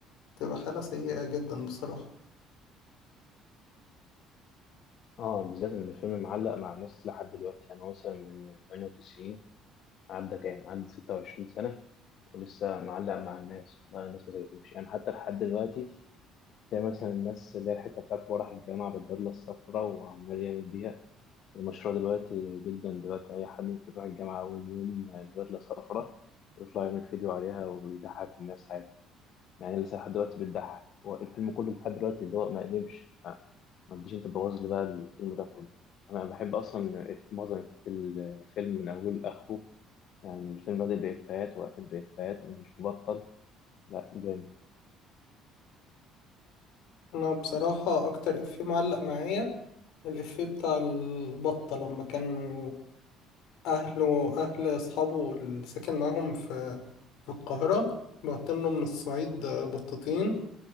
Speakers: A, on the left (about 70°); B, on the left (about 45°).
A: تبقى حالة سيئة جدا بصراحة
B: اه بالذات إن الفيلم معلق مع الناس لحد دلوقتي يعني هو مثلا من 98 عدى كام؟ عدى 26 سنة ولسه معلق مع الناس ما الناس ما سابتهوش يعني حتى لحد دلوقتي تلاقي مثلا الناس اللي هي الحتة بتاعت هو راح الجامعة بالبدلة الصفراء وعمال يعمل بيها المشروع دلوقتي جدا دلوقتي أي حد ممكن يروح الجامعة أول يوم بدلة صفرا ويطلع يعمل فيديو عليها ويضحك الناس عادي يعني لسه لحد دلوقتي بتضحك هو الفيلم كله لحد دلوقتي اللي هو ما قدمش ما ما تجيش أنت تبوظ لي بقى الفيلم ده كله أنا بحب أصلا معظم إفيهات الفيلم من أوله لآخره يعني الفيلم بادئ بإفيهات وقفل بإفيهات ومش مبطل لا جامد.
A: أنا بصراحة أكتر إفيه معلق معايا الإفيه بتاع البطة لما كانوا أهله أهل أصحابه اللي ساكن معاهم في في القاهرة بعتله من الصعيد بطتين